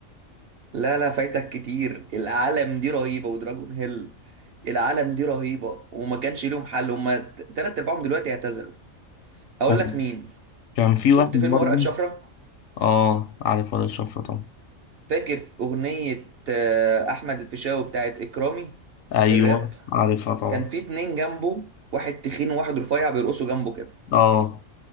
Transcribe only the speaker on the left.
هو-
كان في
واحد برضو
اه عارف ولا الشفرة طبعا
ايوه
عارفها طبعا
اه